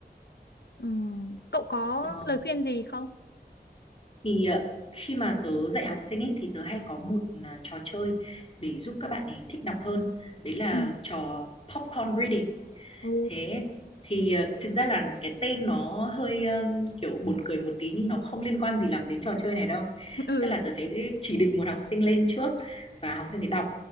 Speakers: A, on the left (about 75°); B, on the left (about 35°).
A: ừ cậu có
B: ờ,
A: lời khuyên gì không
B: thì ờ, khi mà tớ dạy học sinh ấy, thì tớ hay có một ờ, trò chơi để giúp các bạn ấy thích đọc hơn đấy là
A: ừ
B: trò popcorn reading
A: ồ
B: thế thì ờ, thực ra là cái tên nó hơi ờ, kiểu buồn cười một tí nhưng nó không liên quan gì lắm đến trò chơi này đâu
A: ừ
B: tức là tớ sẽ chỉ định một học sinh lên trước và học sinh để đọc